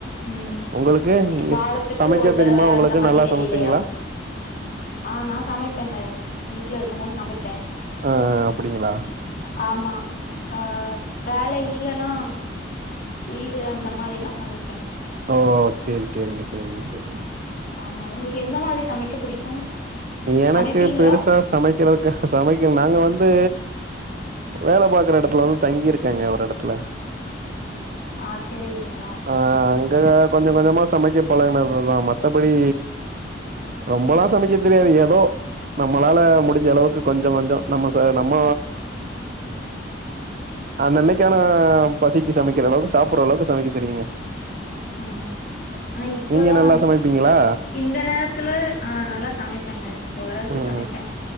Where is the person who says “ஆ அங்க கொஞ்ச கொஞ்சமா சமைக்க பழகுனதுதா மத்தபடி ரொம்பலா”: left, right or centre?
Right